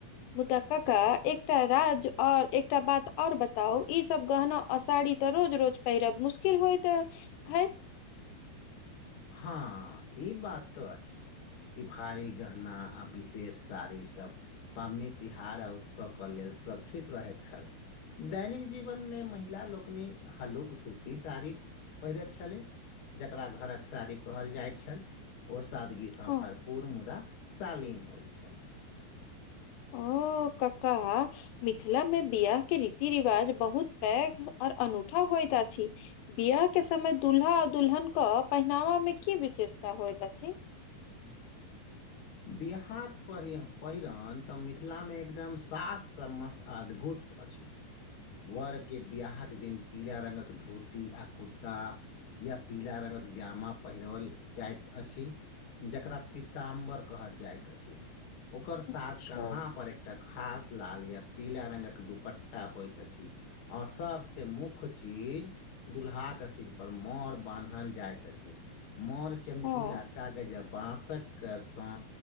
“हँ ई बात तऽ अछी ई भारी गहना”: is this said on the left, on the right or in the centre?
Left